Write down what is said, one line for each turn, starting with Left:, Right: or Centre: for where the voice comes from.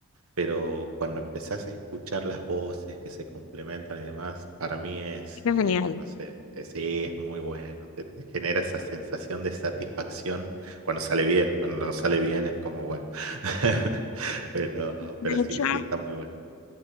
Right: Pero cuando empezás a escuchar las voces que se complementan y demás, para mí es,
Left: Qué
Right: eh,
Left: genial.
Right: no sé, eh, sí, es muy bueno. Te, te genera esa sensación de satisfacción cuando sale bien. Cuando no sale bien es como bueno. <laughs> Pero,
Left: De
Right: pero sí,
Left: hecho,
Right: sí, está muy bueno.